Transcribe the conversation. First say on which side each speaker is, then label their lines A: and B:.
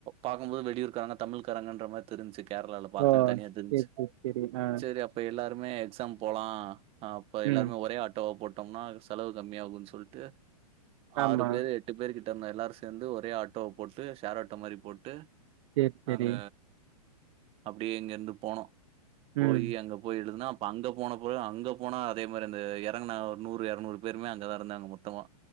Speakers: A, on the right; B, on the right.
A: பாக்கும்போது வெளியூர்க்காரங்க தமிழ்காரங்க இன்ற மாரி தெரிஞ்சி கேரளாவுல பாத்தே
B: ஓ
A: தனியா தெரிஞ்ச்சு
B: சேரி சேரி சேரி ஆ
A: சேரி அப் இப்ப எல்லாருமே எக்ஸாம் போலா அப்ப எல்லாருமே
B: ம்
A: ஒரே ஆட்டோவா போட் டோம்னா செலவு கம்மிய ஆகுனா சொல்லிட்டு
B: ஆமா
A: ஆறு பேர் எட்டு பேரு கிட் ட எல்லாரூ சேர்ந்து ஒரே ஆட்டோவோ போட்டு ஷேர் ஆட்டோ மாரி போட்டு
B: சேரி சேரி
A: நாங்க அப்பிடியே இங்க இருந்து போனோ
B: ம்
A: போயி் அங்க போயி எழுதுன்னா அப்ப அங்க போன பிறகு அங்க போனா அதே மாரி அந்த இறங்குனா ஒரு நூறு இரநூறு பேருமே அங்கேதா இருந்தாங்க மொத் மெத்தமா